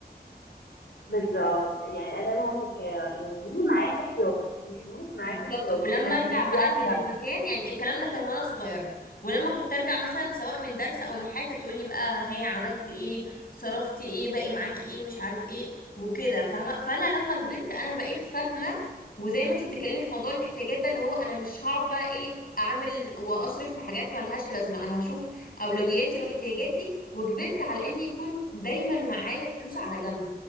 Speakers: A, on the left; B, on the left.
A: بالظبط يعني أداء مواقف يعني دي معاكي احتياطي دي فلوس معاكي
B: بالظبط
A: احتياطي
B: ولما
A: خلي
B: ارجع
A: الفلوس
B: بقى
A: دي على
B: من المكان
A: جنب
B: يعني الكلام ده كان وانا صغيره ولما كنت ارجع مثلا سواء من درس او من حاجه كانت تقول لي بقى هي عملتي ايه صرفتي ايه باقي معاكي ايه مش عارف ايه وكده فاهمه فانا لما كبرت انا بقيت فاهمه وزي ما انت بتتكلمي في موضوع الاحتياجات ده اللي هو انا مش هقعد بقى ايه اعمل واصرف في حاجات مالهاش لازمه انا هشوف اولوياتي واحتياجاتي وكبرت على ان يكون دايما معايا فلوس على جنب